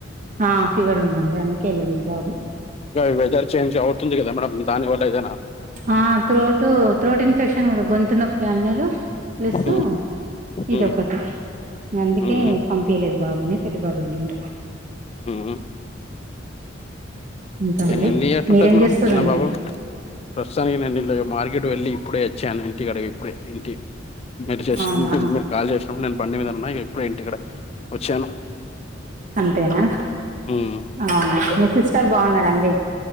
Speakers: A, on the right; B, on the left.
A: ఆ ఫీవర్ ఉందండి అందుకే వెళ్ళలేదు బాబు
B: ఇగ వెదర్ చేంజ్ అవుతుంది కదా మేడం దాని వల్ల ఏదైనా
A: ఆ త్రోటు త్రోట్ ఇన్ఫెక్షన్ కూడా గొంతు నొప్పి అన్నడు ప్లస్
B: మ్మ్ మ్మ్
A: ఇదొ ఒకటి ఇగ అందుకే
B: మ్మ్
A: పమ్ పిలేదు బాబుని పెద్ద బాబు వెళ్ళిండు
B: మ్మ్
A: ఇంకా అండి
B: ఎ- ఎన్ని ఇయర్స్
A: మీరేం
B: ఉంటది మేడం
A: చేస్తారండి
B: చిన్న బాబు ప్రస్తుతానికి నేను మార్కెట్ వెళ్ళి ఇప్పుడే వచ్చాను ఇంటి కడకి ఇప్పుడే ఇంటి నడిసి వచ్చినాము
A: అవునా!
B: మీరు మీరు కాల్ చేసినప్పుడు నేను బండి మీద ఉన్నా ఎప్పుడ ఇంటి ఇక్కడ వచ్చాను
A: అంతేనా
B: మ్మ్
A: అవును మీ సిస్టర్ బాగున్నారండి